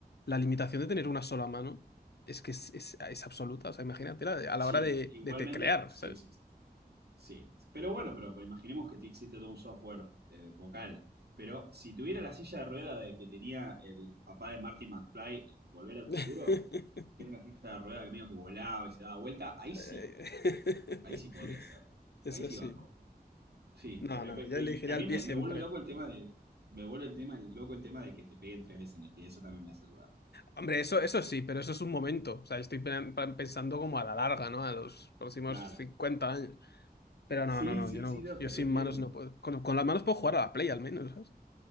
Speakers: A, on the left; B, on the right.
A: la limitación de tener una sola mano es que es, es- es absoluta. O sea, imagínate ¿no? a la
B: sí,
A: hora de,
B: igualmente
A: de teclear,
B: sí
A: ¿sabes?
B: existe. Sí. Pero bueno, pero pues, imaginemos que existe todo un software eh, vocal. Pero si tuviera la silla de rueda de que tenía el papá de Marty McFly en Volver al
A: <laughs>
B: Futuro, que era una silla de rueda que medio que volaba y se daba vuelta, ahí
A: Eh,
B: sí, ahí sí podría ser.
A: <laughs> Eso
B: Ahí sí
A: sí.
B: banco. Sí,
A: No,
B: por,
A: no,
B: pe- pe-
A: yo elegiría
B: y también
A: el pie
B: me,
A: siempre.
B: me vuelve loco el tema de. Me vuelve el tema, el loco el tema de que te peguen tres veces en el pie. Eso también me hace dudar.
A: Hombre, eso, eso sí, pero eso es un momento. O sea, estoy pe- pe- pensando como a la larga, ¿no? A los próximos
B: Claro.
A: 50 años. Pero no,
B: Sí,
A: no, no,
B: sí,
A: yo no,
B: sí, no,
A: yo
B: te
A: sin
B: reentiendo.
A: manos no puedo. Con, con las manos puedo jugar a la Play al menos, ¿sabes?